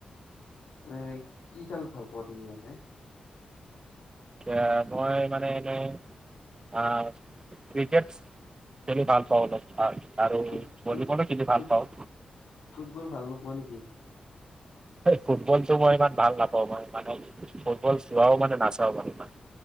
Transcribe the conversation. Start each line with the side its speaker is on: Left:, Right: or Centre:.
Left: এনে কি খেল ভাল পোৱা তুমি মানে?
Right: এতিয়া মই মানে এনেই আ, ক্ৰিকেট। খেলি ভাল পাওঁ অলপ অ' আৰু
Left: ফুট ফুট
Right: ভলীবলো খেলি
Left: ফুট
Right: ভাল পাওঁ।
Left: ফুটবল ভাল নোপোৱা নেকি?
Right: এই ফুটবলটো মই ইমান ভাল নাপাওঁ, মই মানে ফুটবল চোৱাও মানে নাচাও মানে ইমান।